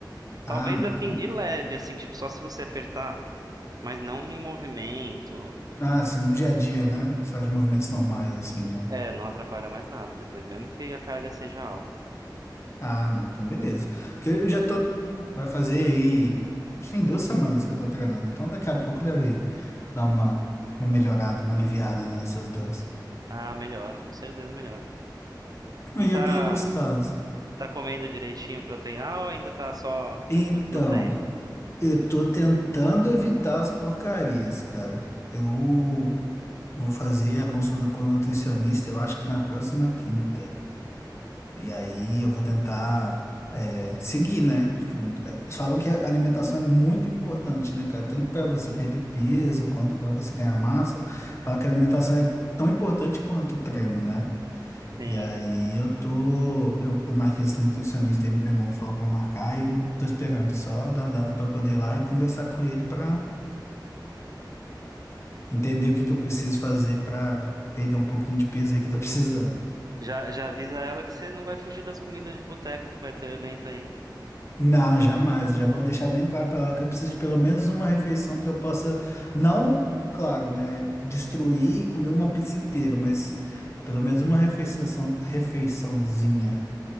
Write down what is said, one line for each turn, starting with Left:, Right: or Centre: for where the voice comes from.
Left: Ah,
Right: Talvez
Left: não.
Right: assim,
Left: Então,
Right: de leve, assim, tipo, só se você apertar, mas não em movimento.
Left: ah, sim, no dia a dia, né? Você faz movimentos normais, assim, né?
Right: É, é, não atrapalha mais nada depois, mesmo que a carga seja alta.
Left: Ah, não, então beleza. Porque eu já tô. Vai fazer aí. Tem duas semanas que eu tô treinando, então daqui a pouco deve dar uma, uma melhorada, uma aliviada nessas duas.
Right: Ah, melhora, com certeza melhora.
Left: Aí
Right: E tá,
Left: eu tenho gostado.
Right: tá comendo direitinho pra treinar ou ainda tá só
Left: Então,
Right: por enquanto no treino?
Left: eu tô tentando evitar as porcarias, cara. Eu vou fazer a consulta com o nutricionista, eu acho que na próxima quinta. E aí eu vou tentar é, seguir, né? Tipo, é, falam que a alimentação é muito importante, né, cara? Tanto para você perder peso quanto para você ganhar massa. Falam que a alimentação é tão importante quanto o treino, né?
Right: Sim.
Left: E aí eu tô. Eu, eu marquei esse nutricionista aí, meu irmão falou para marcar, e eu tô esperando só dar a data para poder ir lá e conversar com ele para entender o que que eu preciso fazer para perder um pouquinho de peso aí que eu tô <laughs> precisando.
Right: Já, já avisa ela que você não vai fugir das comidas de boteco que vai ter o evento aí.
Left: Não, jamais. Eu já vou deixar bem claro para ela que eu preciso de pelo menos uma refeição que eu possa, não, claro, né, destruir e comer uma pizza inteira, mas pelo menos uma refeição, refeiçãozinha